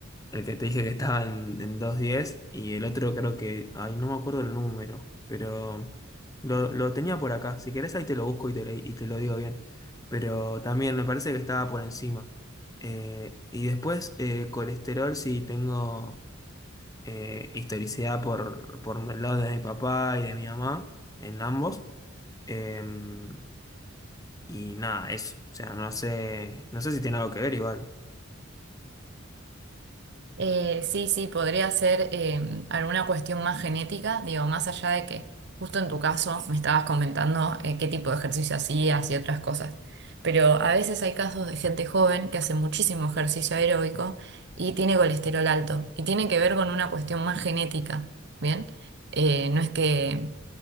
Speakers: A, on the left; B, on the right.
A: el que te dije que estaba en, en dos diez y el otro creo que, ay, no me acuerdo el número, pero lo, lo tenía por acá. Si querés ahí te lo busco y te, le- y te lo digo bien. Pero también me parece que estaba por encima. Eh, y después eh, colesterol sí tengo eh, historicidad por, por el lado de mi papá y de mi mamá, en ambos. Em, y nada, eso. O sea, no sé, no sé si tiene algo que ver igual.
B: Eh, sí, sí, podría ser eh, alguna cuestión más genética, digo, más allá de que justo en tu caso me estabas comentando eh, qué tipo de ejercicio hacías y otras cosas, pero a veces hay casos de gente joven que hace muchísimo ejercicio aeróbico y tiene colesterol alto y tiene que ver con una cuestión más genética, ¿bien? Eh, no es que